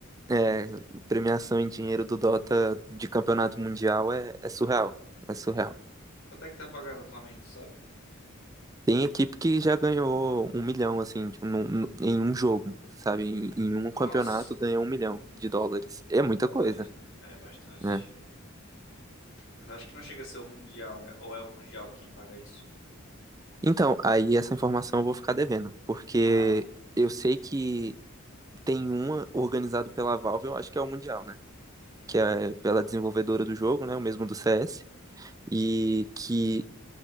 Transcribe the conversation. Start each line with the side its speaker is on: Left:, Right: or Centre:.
Right: É, premiação em dinheiro do Dota de campeonato mundial é, é surreal. É surreal.
Left: Quanto é que tá pagando atualmente, sabe?
Right: Tem equipe que já ganhou um milhão, assim, tipo, num- num- em um jogo, sabe? Em, em um campeonato
Left: Nossa,
Right: ganha um milhão de dólares. É muita
Left: dólares,
Right: coisa.
Left: né? É bastante.
Right: né?
Left: Mas acho que não chega a ser o Mundial, né? Ou é o Mundial que paga isso?
Right: Então, aí essa informação eu vou ficar devendo, porque
Left: Ah,
Right: eu sei que tem uma organizado pela Valve, eu acho que é o Mundial, né?
Left: Uhum.
Right: Que é pela desenvolvedora do jogo, né? O mesmo do CS, e que